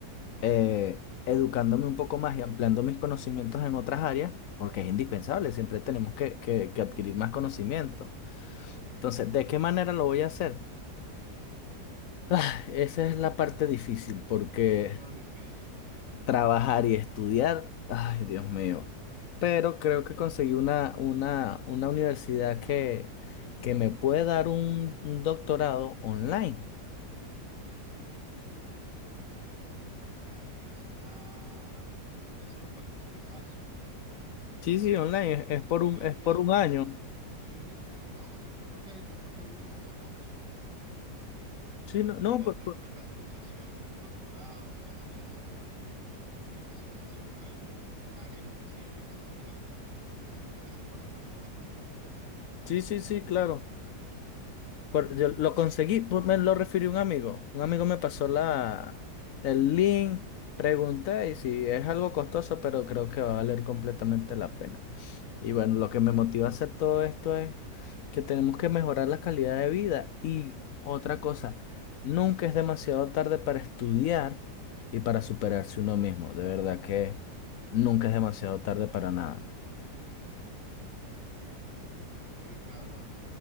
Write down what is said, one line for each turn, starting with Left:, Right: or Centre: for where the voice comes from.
Left: eh, educándome un poco más y ampliando mis conocimientos en otras áreas, porque es indispensable, siempre tenemos que, que, que adquirir más conocimiento. Entonces, ¿de qué manera lo voy a hacer? <sighs> Ah, esa es la parte difícil, porque
Right: Eso es lo difícil.
Left: trabajar y estudiar. Ay, Dios mío. Pero creo que conseguí una, una, una universidad que, que me puede dar un, un doctorado online.
Right: Verga, eso está. es- Eso lo puedes conseguir fácil.
Left: Sí, sí, online. Es, es por un,
Right: Sí, eh,
Left: es por un año.
Right: eh, sí, sí. No, bueno, yo creo que yo creo que uno o dos.
Left: Sí, no,
Right: Si
Left: no,
Right: te
Left: por-
Right: haces
Left: por-
Right: una especialización, un doctorado, puedes hacer una especialización en algún área en específica también. Y eso debe ser por internet también.
Left: sí, sí, sí, claro. Por- yo lo conseguí, pues, me lo refirió un amigo. Un amigo me pasó la, el link, pregunté y si es algo costoso, pero creo que va a valer completamente la pena. Y bueno, lo que me motiva a hacer todo esto es que tenemos que mejorar la calidad de vida. Y otra cosa, nunca es demasiado tarde para estudiar y para superarse uno mismo. De verdad que nunca es demasiado tarde para nada.
Right: Sí, claro.